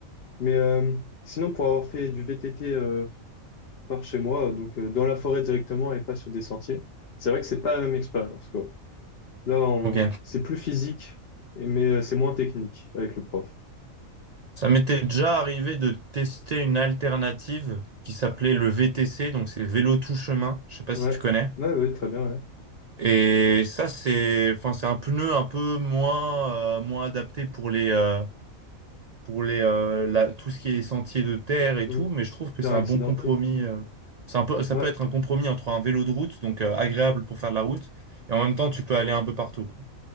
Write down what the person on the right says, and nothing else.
Ok.
Ça m'était déjà arrivé de tester une alternative qui s'appelait le VTC, donc c'est vélo tout chemin. Je sais pas
si tu connais.
Et ça, c'est, enfin, c'est un pneu un peu moins, euh, moins adapté pour les, euh, pour les, euh, la- tout ce qui est sentier de terre et
tout, mais je trouve que
c'est un
bon compromis. euh. c'est un peu, ça
peut être un compromis entre un vélo de route, donc euh, agréable pour faire de la route, et en même temps, tu peux aller un peu partout. quoi.